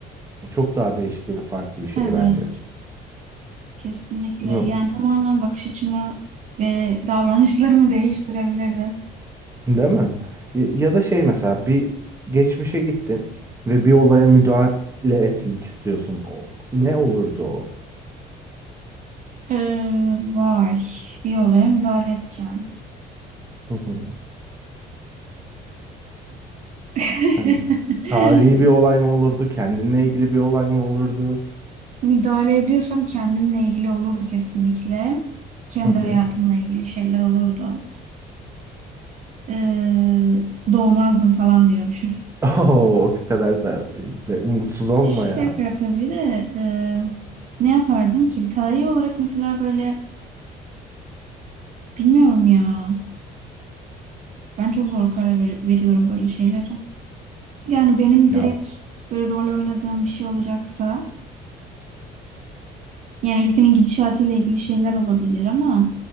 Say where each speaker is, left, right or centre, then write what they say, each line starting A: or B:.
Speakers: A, on the right (about 15°); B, on the right (about 45°).
A: çok daha değişik ve farklı bir şey
B: evet,
A: bence.
B: kesinlikle.
A: Bilmiyorum,
B: Yani tamamen bakış açımı ve davranışlarımı değiştirebilirdi.
A: Değil mi? Ya ya da şey mesela bir geçmişe gittin ve bir olaya müdahale etmek istiyorsun. O, ne olurdu o?
B: Ee, vay, bir olaya müdahale edeceğim.
A: Hı hı.
B: <laughs>
A: Hani tarihi bir olay mı olurdu? Kendinle ilgili bir olay mı olurdu?
B: Müdahale ediyorsam kendimle ilgili olurdu kesinlikle. Kendi
A: Hı hı.
B: hayatımla ilgili şeyler olurdu. Ee, doğmazdım falan diyormuşum.
A: <laughs> Oo, o kadar da ve umutsuz olma
B: <laughs> Şaka
A: ya.
B: tabii de e, ne yapardım ki? Bir Tarihi olarak mesela böyle bilmiyorum ya. Ben çok zor karar ver- veriyorum böyle şeylere. Yani benim
A: Ya,
B: direkt böyle rol oynadığım bir şey olacaksa yani ülkenin gidişatıyla ilgili şeyler olabilir ama